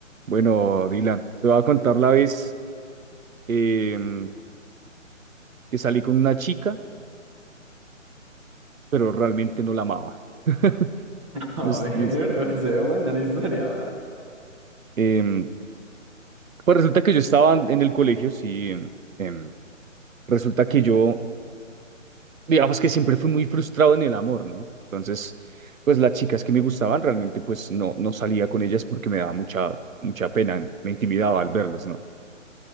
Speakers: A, on the right; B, on the right.
A: Bueno, Dylan, te voy a contar la vez em, que salí con una chica, pero realmente no la amaba. <laughs>
B: A
A: Pues,
B: ver,
A: pues,
B: <laughs> se ve buena la historia. ¿va?
A: em, pues resulta que yo estaba en en el colegio, sí. em, em, resulta que yo, digamos que siempre fui muy frustrado en el amor, ¿no? Entonces, pues las chicas que me gustaban realmente, pues no, no salía con ellas porque me daba mucha, mucha pena, me intimidaba al verlas, ¿no?